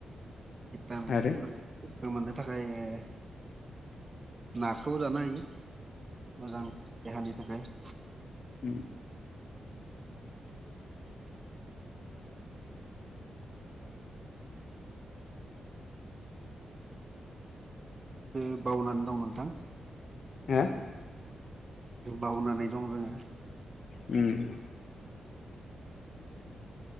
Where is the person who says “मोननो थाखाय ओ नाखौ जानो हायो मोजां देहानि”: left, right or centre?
Right